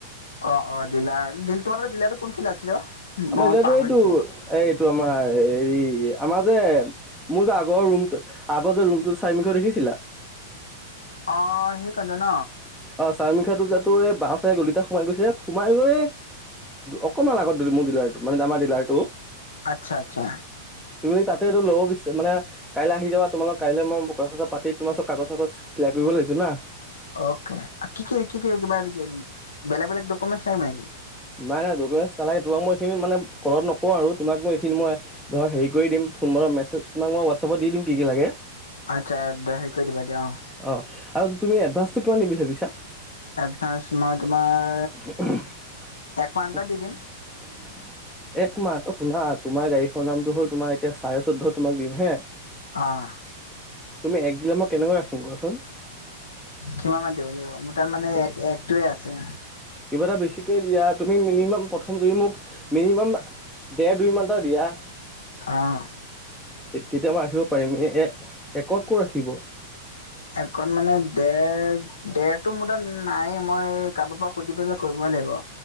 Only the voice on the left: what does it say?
অ', অ, ডিললাৰিল তোমালোকৰ ডিলাৰটো কোন ফিল্ড আছিলে। অ,
মই
পাহৰিছো
অ, সেই কন্দে ন?
আচ্ছা-আচ্ছা
অকে কি-কি-কি-কি কিবা বেলেগ বেলেগ ডকুমেন্ট লাগিব নেকি?
আচ্ছা দ হেৰি কৰি দিবা দিয়া অ,
এডভানস মই তোমাৰ
এক মাহ এটা দি দিম
অ',
কিমান মান দিব লাগিব মোৰ তাৰ মানে
এক একটোৱে আছে।
অঁ
একণ মানে দেৰ দেৰ টো মু ত নাই মই কোোৰ পৰা সুধি পেলাই কৰিবই লাগিব